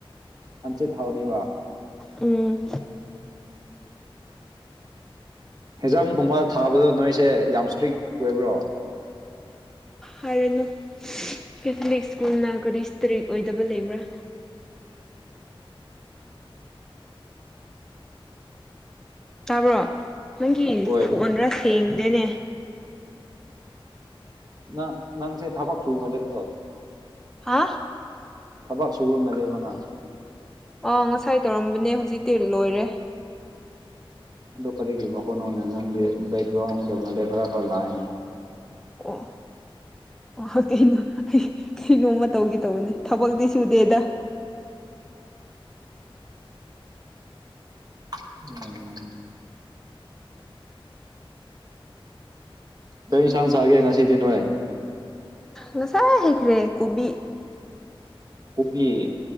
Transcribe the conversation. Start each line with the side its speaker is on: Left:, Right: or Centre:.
Right: ꯍꯪꯆꯤꯠ ꯍꯥꯎꯅꯤꯕ
Centre: ꯎꯝ
Right: ꯍꯦꯟꯖꯝ ꯈꯨꯨꯝꯃꯔ ꯊꯥꯕꯗꯣ ꯅꯣꯏꯁꯦ ꯌꯥꯝ ꯏꯁꯇ꯭ꯔꯤꯛ ꯑꯣꯏꯕ꯭ꯔꯣ
Centre: ꯍꯥꯏꯔꯅꯨ ꯀꯦꯊꯂꯤꯛ ꯁ꯭ꯀꯨꯜꯅ ꯀꯔꯤ ꯏꯁꯇ꯭ꯔꯤꯛ ꯑꯣꯏꯗꯕ ꯂꯩꯕ꯭ꯔꯥ ꯇꯥꯕ꯭ꯔꯣ ꯅꯪꯒꯤ
Right: ꯑꯣꯏ
Centre: ꯐꯣꯟꯗ꯭ꯔꯥ ꯁꯦꯡꯗꯦꯅꯦ
Right: ꯅꯪ ꯅꯪꯁꯦ ꯊꯕꯛ ꯊꯨꯕꯅꯦ ꯀꯣ
Centre: ꯍꯥ
Right: ꯊꯕꯛ ꯁꯨ ꯑꯣꯏꯅ ꯂꯩꯕꯅ
Centre: ꯑꯥ ꯉꯁꯥꯏ ꯇꯧꯔꯝꯕꯅꯦ ꯍꯧꯖꯤꯛꯇꯤ ꯂꯣꯏꯔꯦ
Right: ꯑꯗꯨ ꯀꯔꯤꯒꯤ ꯃꯈꯣꯏꯅꯣꯅꯦ ꯅꯪꯒꯤ ꯕꯦꯛꯒ꯭ꯔꯥꯎꯟꯗ ꯃꯩ ꯈꯔ ꯈꯔ ꯂꯥꯛꯑꯅꯦ
Centre: <unintelligible> ꯑꯣ ꯀꯩꯅꯣ ꯑꯩ ꯀꯩ ꯅꯣꯝꯃ ꯇꯧꯒꯦ ꯇꯧꯕꯅꯦ ꯊꯕꯛꯇꯤ ꯁꯨꯗꯦꯗ
Right: <unintelligible> ꯀꯩ ꯌꯦꯟꯁꯪ ꯆꯥꯒꯦ ꯉꯁꯤꯗꯦ ꯅꯣꯏ
Centre: ꯉꯁꯥꯏ ꯍꯥꯏꯈ꯭ꯔꯦ ꯀꯣꯕꯤ
Right: ꯀꯣꯕꯤ